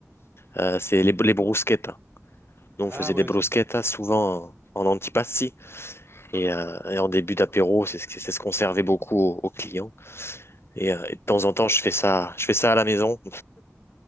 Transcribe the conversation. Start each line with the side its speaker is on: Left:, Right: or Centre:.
Left: euh, c'est les, les bruschettas. Nous, on
Right: Ah
Left: faisait
Right: ouais,
Left: des bruschettas
Right: c'est
Left: souvent en antipasti et, euh, et en début d'apéro, c'est ce c'est ce qu'on servait beaucoup aux, aux clients. Et, euh, et de temps en temps, je fais ça, je fais ça à la maison.